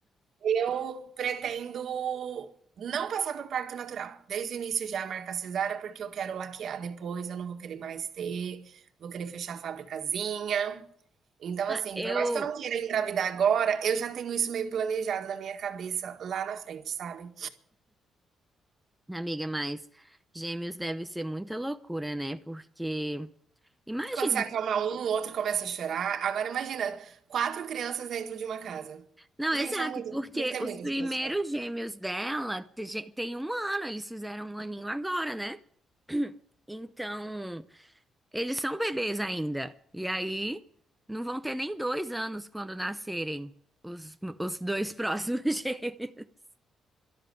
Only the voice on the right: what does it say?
eu pretendo não passar por parto natural, desde o início já marcar cesárea, porque eu quero laquear depois, eu não vou querer mais ter, vou querer fechar a fabricazinha. Então,
assim,
por mais que eu não queira engravidar agora, eu já tenho isso meio planejado na minha cabeça lá na frente, sabe?
Quando você acalma um, o outro começa a chorar. Agora imagina, 4 crianças dentro de uma casa.
Gente,
é muito,
tem que ter
muita
disposição.